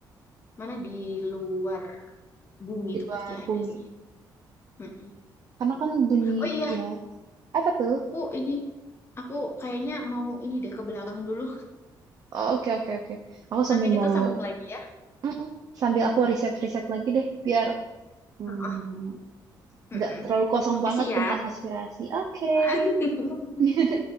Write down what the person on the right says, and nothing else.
di
luar
bumi.
Karena kan dunia
ya Apa tuh?
Oh, Oke, oke, oke. Aku
sambil
mau,
Mm-mm. sambil aku riset-riset lagi deh, biar hmm,
nggak terlalu kosong
banget
tentang konspirasi. Oke.
<laughs>